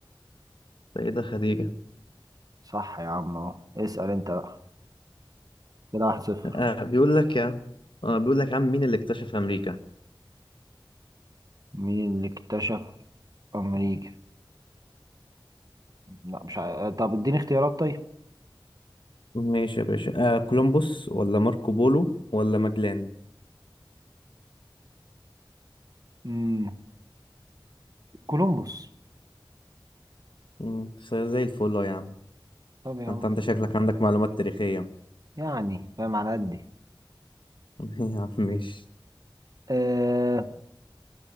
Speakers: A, on the left; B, on the right.
A: ده ايه ده خديجة
B: صح يا عم اهو اسأل انت بقى كده واحد صفر
A: آه بيقول لك يا اه بيقول لك يا عم مين اللي اكتشف أمريكا
B: مين اللي اكتشف امريكا لا مش عارف. طب اديني اختيارات طيب
A: ماشي يا باشا آه كولومبوس ولا ماركو بولو ولا ماجلان
B: امم كولومبوس
A: مم، س- زي الفل أهو يا عم
B: طب يا
A: انت
B: عم
A: انت شكلك عندك معلومات تاريخية
B: يعني فاهم على قدي
A: <laughs> يا عم ماشي
B: آه